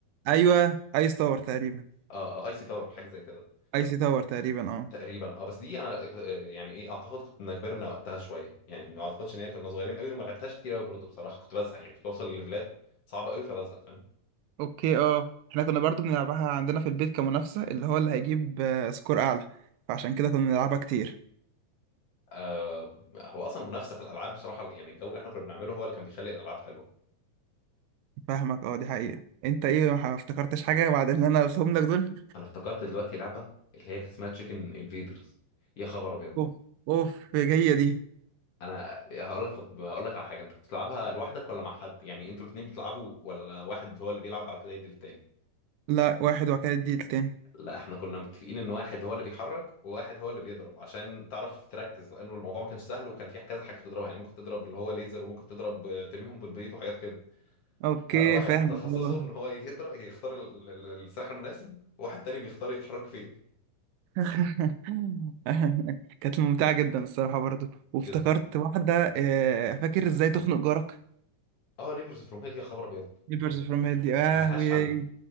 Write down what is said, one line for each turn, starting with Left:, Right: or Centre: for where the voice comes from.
Right: ايوه ايس تاور تقريبا
Left: اه اه ايسي تاور حاجه زي كده
Right: ايسي تاور تقريبا اه
Left: تقريبا اه بس دي انا آه، يعني ايه اعتقد كنا كبرنا وقتها شويه يعني ما اعتقدش ان هي كنا صغيرين قوي وما لعبتهاش كتير قوي برضه بصراحه كنت بزهق يعني كنت بوصل لليفلات صعبه قوي فبزهق فاهم
Right: اوكي اه احنا كنا برضو بنلعبها عندنا في البيت كمنافسة اللي هو اللي هيجيب آه، سكور اعلى فعشان كده كنا بنلعبها كتير
Left: آه هو اصلا منافسه في الالعاب بصراحه يعني الجو اللي احنا كنا بنعمله هو اللي كان بيخلي الالعاب حلوه
Right: فاهمك اه دي حقيقة انت ايه ما افتكرتش حاجة بعد اللي انا قلتهم لك دول
Left: انا افتكرت دلوقتي لعبه اللي هي كانت اسمها تشيكن انفيدرز يا خبر ابيض
Right: اوف اوف جاية دي
Left: انا هقول لك طب هقول لك على حاجه انت كنت بتلعبها لوحدك ولا مع حد يعني انتوا الاثنين بتلعبوا ولا واحد هو اللي بيلعب بعد كده يدي التاني
Right: لا واحد وكالة دي التاني
Left: لا احنا كنا متفقين ان واحد هو اللي بيحرك وواحد هو اللي بيضرب عشان تعرف تركز لانه الموضوع ما كانش سهل وكان في كذا حاجه بتضربها يعني ممكن تضرب اللي هو ليزر وممكن تضرب آه، ترميهم بالبيض وحاجات كده
Right: اوكي
Left: فواحد
Right: فاهمك
Left: تخصصه
Right: اه
Left: ان هو يضرب يختار ال- ال- السلاح المناسب وواحد تاني بيختار يتحرك فين
Right: <laughs> كانت ممتعة جدا الصراحة برضو وافتكرت
Left: جدا
Right: واحدة آه، فاكر ازاي تخنق جارك؟
Left: اه نيبرز فروم هيل يا خبر ابيض
Right: نيبرز فروم هيد دي اه
Left: ما لهاش
Right: وي-
Left: حل